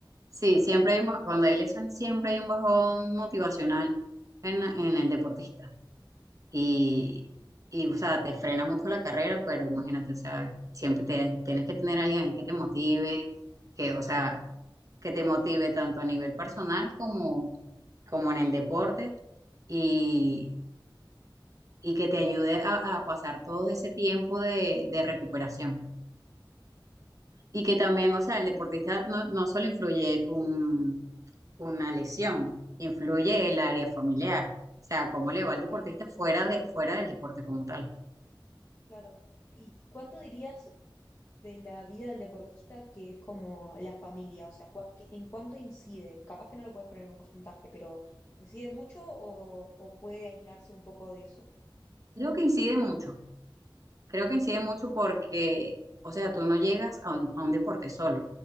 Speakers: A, on the right; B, on the left.
A: Sí, siempre hay, mo- cuando hay lesiones, siempre hay un bajón motivacional en, la- en el deportista. Y, y, o sea, te frena mucho la carrera, pero imagínate, o sea, siempre te- tienes que tener a alguien ahí que te motive, que, o sea, que te motive tanto a nivel personal como, como en el deporte y, y que te ayude a, a pasar todo ese tiempo de, de recuperación. Y que también,
B: Y
A: o sea, el deportista no, no solo influye un- una lesión, influye el área familiar. O sea, cómo le va
B: claro,
A: al deportista fuera de, fuera del deporte como tal.
B: claro. ¿Y cuánto dirías de la vida del deportista que es como la familia, o sea, cua- que- ¿en cuánto incide? Capaz que no lo puedes poner en un porcentaje, pero ¿incide mucho o, o puede aislarse un poco de eso?
A: Creo que incide mucho. Creo que incide mucho porque, o sea, tú no llegas a un, a un deporte solo.